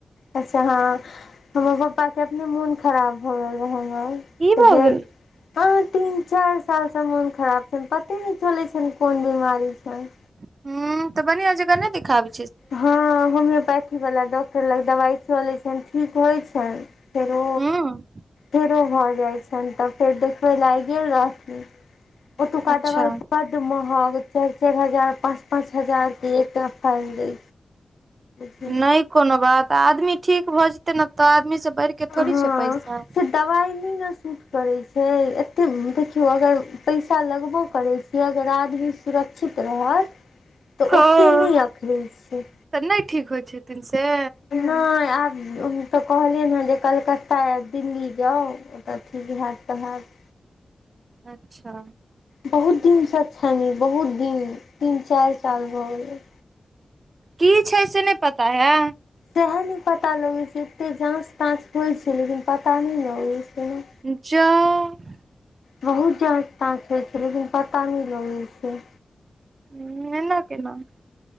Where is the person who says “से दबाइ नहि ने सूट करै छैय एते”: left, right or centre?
Left